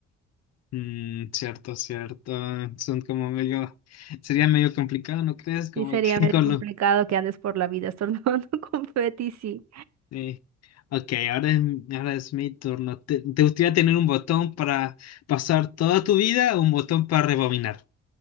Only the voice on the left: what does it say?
mm, cierto, cierto. Son como medio, sería medio complicado, ¿no crees? Como
que
<laughs> con
lo...
sí. Ok, ahora es, ahora es mi turno. ¿Te, te gustaría tener un botón para pasar toda tu vida o un botón para rebobinar?